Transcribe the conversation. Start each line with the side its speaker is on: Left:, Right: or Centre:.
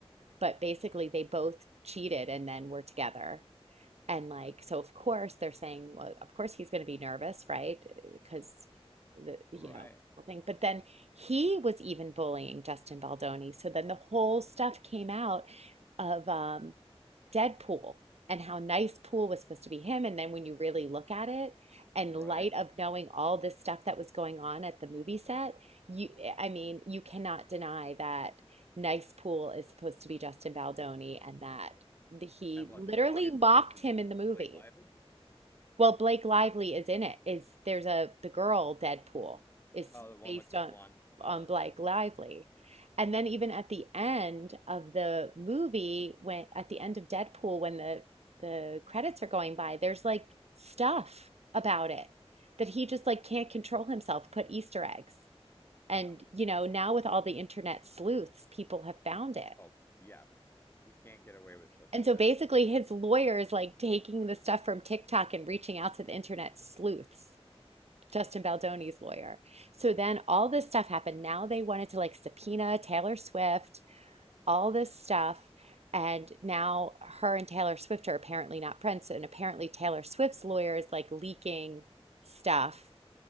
Right: But basically they both cheated and then were together. And like so of course they're saying well of course he's going to be nervous, right? Because the you
Left: right,
Right: know whole thing. But then he was even bullying Justin Baldoni. So then the whole stuff came out of um Deadpool and how nice Pool was supposed to be him. And then when you really look at it, and
Left: right.
Right: light of knowing all this stuff that was going on at the movie set, you, I mean, you cannot deny that nice Pool is supposed to be Justin Baldoni and that he
Left: And what
Right: literally
Left: the dog is
Right: mocked
Left: supposed to be
Right: him in the movie.
Left: Blake Lively?
Right: Well, Blake Lively is in it. Is there's a the girl Deadpool is
Left: Oh, the one
Right: based
Left: with the
Right: on
Left: blonde. Uh,
Right: on Blake Lively. And then even at the end of the movie, when at the end of Deadpool, when the the credits are going by, there's like stuff about it that he just like can't control himself, put Easter eggs. And
Left: no way.
Right: you know, now with all the internet sleuths, people have found it.
Left: Oh, yeah. You can't get away with stuff
Right: And
Left: like
Right: so
Left: that
Right: basically his lawyer is like taking the stuff from TikTok and reaching out to the internet sleuths Justin Baldoni's lawyer. So then all this stuff happened. Now they wanted to like subpoena Taylor Swift, all this stuff. And now her and Taylor Swift are apparently not friends. And apparently Taylor Swift's lawyer is like leaking stuff.